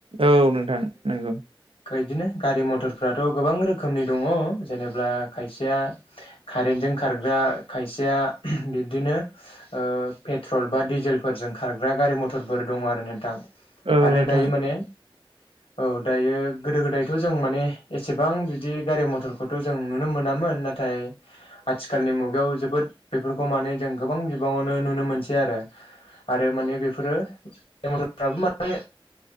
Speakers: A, on the right (about 80°); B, on the left (about 80°).
A: औ नोंथां नंगौ
B: बायदिनो गारि मथरफ्राथ' गोबां रो खोमनि दङ' जेनेब्ला खायसेया कारेन्टजों खारग्रा खायसेया बि बिबदिनो ओ पेट्रल बा डिजेलफोरजों खारग्रा गारि मथरफोर दङ' आरो नोंथां।
A: औ
B: आरो
A: नोंथां
B: दायो माने औ दायो गोदो गोदायथ' जों माने एसेबां बि बिदि गारि मथरखौथ' जों नुनो मोनामोन नाथाय आथिखालनि मुगायाव जोबोद बेफोरखौ मो जों गोबां बिबाङावनो नुनो मोनसै आरो आरो माने बेफोरो मथफ्राबो माने